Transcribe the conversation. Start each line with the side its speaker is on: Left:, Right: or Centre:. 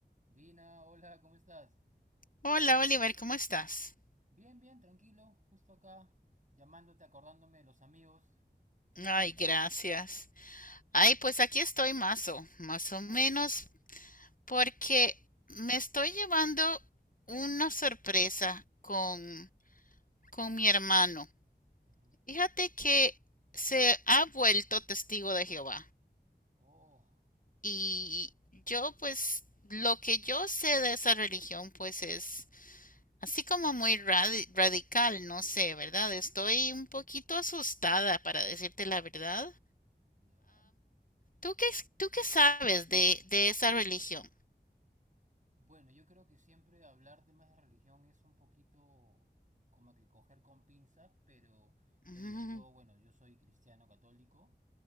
Right: Dina, hola, ¿cómo estás?
Left: Hola Oliver, ¿cómo estás?
Right: Bien, bien, tranquilo, justo acá, llamándote, acordándome de los amigos. ¿Qué me
Left: Ay,
Right: cuentas?
Left: gracias. Ay, pues aquí estoy más o, más
Right: ¿Qué pasó?
Left: o menos,
Right: ¿Por qué?
Left: porque me estoy llevando una sorpresa con, con mi hermano.
Right: Ajá.
Left: Fíjate que se ha vuelto testigo de Jehová.
Right: Oh,
Left: Y yo, pues, lo que yo sé de esa religión, pues es así como muy radi- radical, no sé, ¿verdad? Estoy un
Right: ujú,
Left: poquito asustada, para decirte la verdad.
Right: ya.
Left: ¿Tú qué, tú qué sabes de, de esa religión?
Right: Bueno, yo creo que siempre hablar temas de religión es un poquito como que coger con pinzas, pero
Left: Ujú,
Right: te digo, yo, bueno, yo soy cristiano católico.